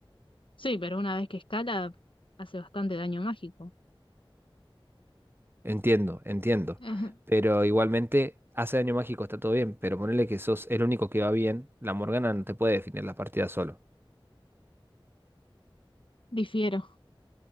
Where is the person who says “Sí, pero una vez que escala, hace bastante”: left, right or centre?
Left